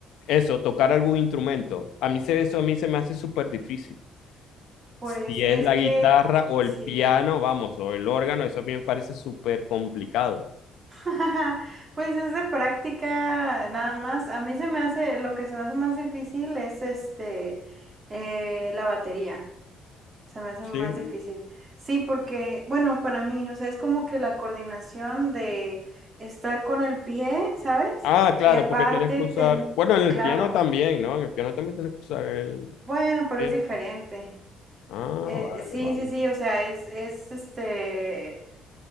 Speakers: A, on the left (about 80°); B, on the right (about 35°).
A: eso, tocar algún instrumento. A mí se, eso a mí se me hace súper difícil.
B: Pues
A: Si
B: es
A: es la
B: que
A: guitarra o
B: sí,
A: el piano, vamos, o el órgano, eso a mí me parece súper complicado.
B: <laughs> pues es de práctica nada más. A mí se me hace, lo que se me hace más difícil es este, eh, la batería. Se me hace
A: Sí.
B: más difícil. Sí, porque, bueno, para mí, o sea, es como que la coordinación de estar con el pie, ¿sabes?
A: Ah, claro,
B: Y aparte,
A: porque tienes que
B: ten-
A: usar. Bueno, en el
B: claro,
A: piano también, ¿no? En el piano también tienes que usar el
B: bueno, pero
A: pie.
B: es diferente.
A: Ah,
B: Eh,
A: vale,
B: sí,
A: vale.
B: sí, sí, o sea, es, es este